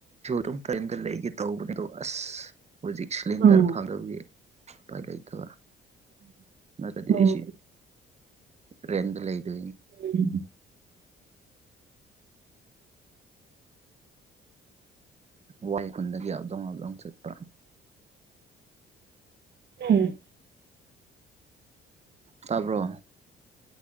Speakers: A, on the right; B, on the right.
A: ꯑꯗꯨꯝꯝ ꯂꯩꯒꯦ ꯇꯧꯕꯅꯦ ꯑꯗꯣ ꯑꯁ ꯍꯧꯖꯤꯛ ꯁꯤꯂꯤꯟꯗꯔ
B: ꯎꯝ
A: ꯐꯪꯗꯧ ꯄꯂ ꯏ ꯀ ꯅꯇꯗꯤꯁꯤ
B: ꯎꯝ
A: ꯔ ꯑꯗꯨ ꯂꯩ ꯑꯗꯨ
B: ꯎ
A: ꯋꯥꯏ ꯈꯨꯟꯗꯒꯤ ꯑꯞꯗꯣꯡ ꯑꯞꯗꯣꯡ ꯆꯠꯄ꯭ꯔꯥ
B: ꯎꯝ
A: ꯇꯥꯔꯕꯣ